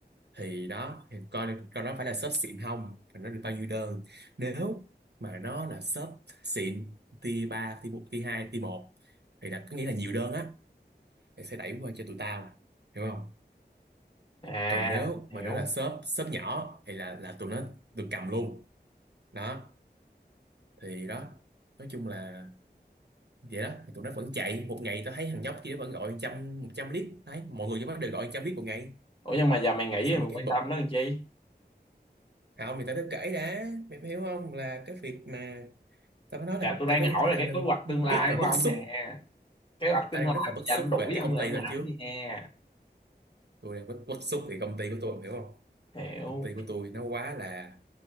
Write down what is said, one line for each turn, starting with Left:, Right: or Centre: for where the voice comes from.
Right: thì đó thì coi coi đó phải là shop xịn không và nó được bao nhiêu đơn nếu mà nó là shop xịn tier ba tier bốn tier hai tier một thì là có nghĩa là nhiều đơn á thì sẽ đẩy qua cho tụi tao hiểu không
Left: À,
Right: còn nếu
Left: hiểu.
Right: mà nó là shop shop nhỏ thì là là tụi nó được cầm luôn đó thì đó nói chung là vậy đó thì tụi nó vẫn chạy một ngày tao thấy thằng nhóc kia nó vẫn gọi trăm một trăm lít thấy mọi người trong đó đều gọi trăm lít một ngày
Left: Ủa nhưng mà giờ mày nghĩ
Right: xong
Left: mày
Right: cái
Left: quan
Right: bực
Left: tâm nó làm chi?
Right: không thì tao đã kể đã mày phải hiểu không là cái việc mà tao mới nói
Left: Dạ
Right: là
Left: tôi đang
Right: tao mới đang,
Left: hỏi
Right: tao
Left: là
Right: đang
Left: cái kế hoạch tương lai
Right: rất là
Left: của
Right: bức
Left: ông
Right: xúc
Left: nè. Kế hoạch
Right: tao
Left: tương
Right: đang
Left: lai
Right: rất là bức
Left: bây giờ
Right: xúc
Left: nó đuổi
Right: về cái
Left: ông
Right: công
Left: là
Right: ty
Left: ông
Right: tao
Left: làm
Right: trước
Left: gì nè?
Right: tôi đang bức, bức xúc về công ty của tôi mày hiểu không
Left: Hiểu.
Right: công ty của tôi nó quá là